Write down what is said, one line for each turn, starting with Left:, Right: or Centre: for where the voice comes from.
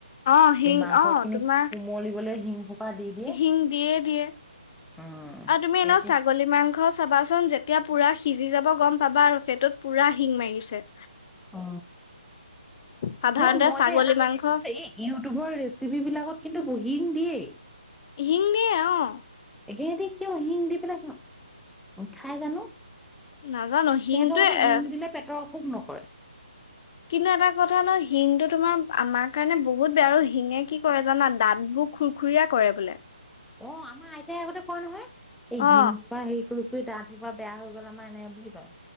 Left: অ হিং
Centre: এই মাংস
Left: অ
Centre: খিনি
Left: তোমাৰ
Centre: কোমলিবলৈ শিং সোপা দি দিয়ে
Left: শিং দিয়ে দিয়ে
Centre: উম,
Left: আৰু তুমি
Centre: তেতিয়া
Left: এনে ছাগলী মাংস চাবাচ যেতিয়া পুৰা সিজি যাব গম পাবা আৰু সেইটতো- পুৰা শিং মাৰিছে।
Centre: অ
Left: সাধাৰণতে
Centre: ন মই
Left: ছাগলী
Centre: যে এটা বস্তু
Left: মাংস
Centre: চাইছো যে এই ইউটিউবৰ ৰেচিপি বিলাকত কিন্তু হিং দিয়েই। <unintelligible>
Left: হিং দিয়ে উঅ।
Centre: এ সেতি কিয় শিং দি পেলাই খাই জানো?
Left: নাজানো হিংটোৱে
Centre: সিহঁতৰ মতে শিং
Left: এ
Centre: দিলে পেটৰ অসু সুহ নকৰে।
Left: কিন্তু এটা কথা ন শিংটো তোমাৰ আমাৰ কাৰণে বহুত বেয়া আৰু শিঙে কি কৰে জানা দাঁতবোৰ খুৰখুৰীয়া কৰে বোলে।
Centre: অ আমাৰ আইতাই আগতে কোয় নহয়। এই
Left: অ
Centre: শিং পা সেই তু তাহকৰ পৰা বেয়া হৈ গল আমাৰ এনে বুলি কিয় কয়।